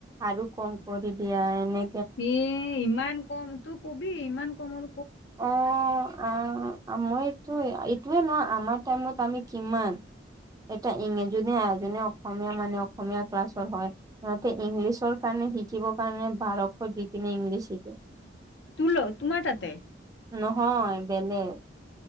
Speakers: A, on the right; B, on the left.
A: আৰু কম কৰি দিয়ে এনে
B: ই ইমান কম, তই ক'বি ইমান কমত
A: অ', আ-মইটো, এইটোয়ে ন আমাৰ টাইমত আমি কিমান এটা ইং-জোনে জোনে অসমীয়া মানে অসমীয়া ক্লাছৰ হয় সিহঁতে ইংলিছৰ কাৰণে শিকিবৰ কাৰণে বাৰশ দি কিনে ইংলিছ শিকে।
B: তোৰ ল-তোমাৰ তাতে?
A: নহয়, বেলেগ।